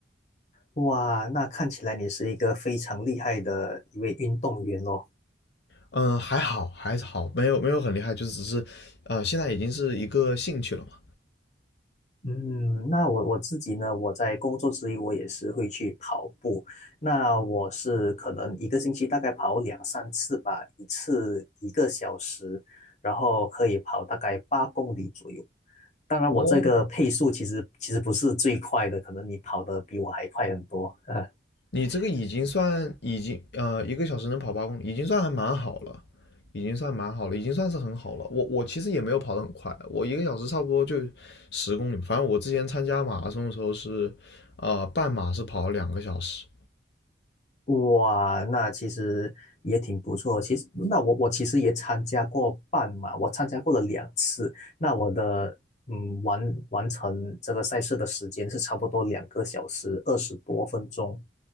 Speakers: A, on the left; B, on the left.
A: 哇，那看起来你是一个非常厉害的一位运动员咯。
B: 嗯，还好，还好，没有没有很厉害，就只是，呃，现在已经是一个兴趣了嘛。
A: 嗯，那我我自己呢，我在工作之余我也是会去跑步。那我是可能一个星期大概跑两三次吧，一次一个小时，然后可以跑大概八公里左右。当然，
B: 哦，
A: 我这个配速其实其实不是最快的，可能你跑得比我还快很多。<laughs>
B: 你这个已经算已经呃一个小时能跑八公里，已经算还蛮好了，已经算蛮好了，已经算是很好了。我我其实也没有跑得很快，我一个小时差不多就十公里。反正我之前参加马拉松的时候是，呃，半马是跑了两个小时，
A: 哇，那其实也挺不错。其实，那我我其实也参加过半马，我参加过了两次。那我的嗯完完成这个赛事的时间是差不多两个小时二十多分钟